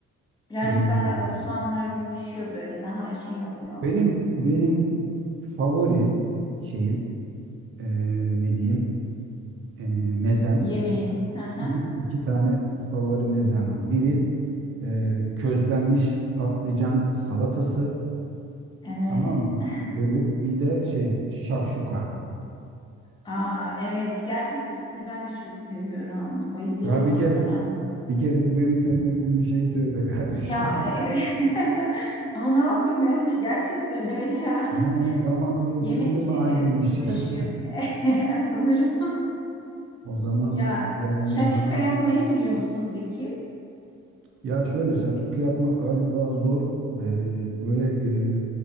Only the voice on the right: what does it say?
Hmm.
Benim benim favori şeyim e, ne diyeyim? E, mezem.
İki,
iki, iki tane favori mezem var. Biri e, közlenmiş patlıcan salatası
tamam mı?
Öbür- bir de şey şakşuka.
Ya bir
kere bir kere de benim sevmediğim bir şeyi sev be kardeşim.
<laughs>
Ha, damak zevkimiz
de mi
aynıymış?
<laughs>
O zaman
yani
bana
Ya şöyle şakşuka yapmak galiba zor. Ee, böyle e,